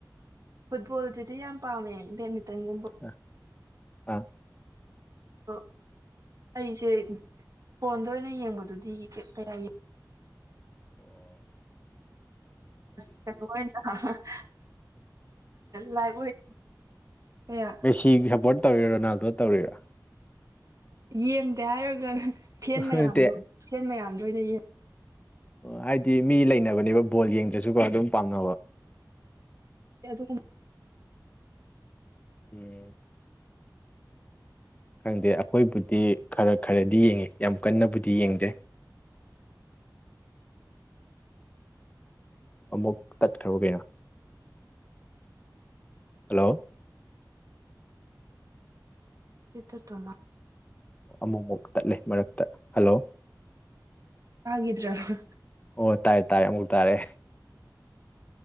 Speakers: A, on the right; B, on the left.
A: ꯐꯨꯠꯕꯣꯜꯁꯤꯗꯤ ꯌꯥꯝ ꯄꯥꯝꯃꯦ ꯕꯦꯗꯃꯤꯟꯇꯟꯒꯨꯝꯕ
B: ꯑ ꯑꯥ
A: ꯑꯣ ꯑꯩꯁꯦ ꯐꯣꯟꯗ ꯑꯣꯏꯅ ꯌꯦꯡꯕꯗꯨꯗꯤ ꯀꯌꯥ ꯌꯦꯡ
B: ꯑꯣ
A: ꯑ ꯀꯩꯅꯣ ꯑꯣꯏꯅ ꯂꯥꯏꯕ ꯑꯣꯏ ꯑꯦ
B: ꯁꯤ ꯁꯞꯄꯣꯔꯠ ꯇꯧꯔꯤꯔ ꯔꯣꯅꯥꯜꯗꯣ ꯇꯧꯔꯤꯕꯥ
A: ꯌꯦꯡꯗꯦ ꯍꯥꯏꯔꯒ ꯐꯦꯟ ꯃꯌꯥꯝꯗꯣ
B: ꯅꯠꯇꯦ
A: ꯐꯦꯟ ꯃꯌꯥꯝꯗꯣ ꯑꯣꯏꯅ ꯌꯦꯡ
B: ꯍꯥꯏꯗꯤ ꯃꯤ ꯂꯩꯅꯕꯅꯦꯕ ꯕꯣꯜ ꯌꯦꯡꯗ꯭ꯔꯁꯨꯀꯣ ꯑꯗꯨꯝ ꯄꯥꯝꯅꯕ
A: ꯑꯗꯨꯒꯨꯝꯕ
B: ꯎꯝ ꯈꯪꯗꯦ ꯑꯩꯈꯣꯏꯕꯨꯗꯤ ꯈꯔ ꯈꯔꯗꯤ ꯌꯦꯡꯉꯤ ꯌꯥꯝ ꯀꯟꯅꯕꯨꯗꯤ ꯌꯦꯡꯗꯦ ꯑꯃꯨꯛ ꯇꯠꯈ꯭ꯔꯕ ꯀꯩꯅꯣ ꯍꯜꯂꯣ
A: ꯅꯦꯠ ꯆꯇꯕ ꯃꯥꯜꯂꯦ
B: ꯑꯃꯨꯛꯃꯨꯛ ꯇꯠꯂꯦ ꯃꯔꯛꯇ ꯍꯜꯂꯣ
A: ꯇꯥꯒꯤꯗ꯭ꯔꯕꯥ
B: ꯑꯣ ꯇꯥꯏꯔꯦ ꯇꯥꯔꯦ ꯑꯃꯨꯛ ꯇꯥꯔꯦ